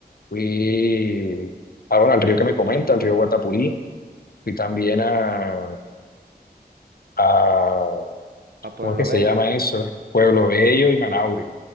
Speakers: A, on the left (about 65°); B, on the right (about 65°).
A: Fui ah, bueno, al río que me comenta, al río Guatapurí. Fui también a, a
B: a Pueblo
A: ¿cómo es que se
B: Bello?
A: llama eso? Pueblo Bello y Manaure.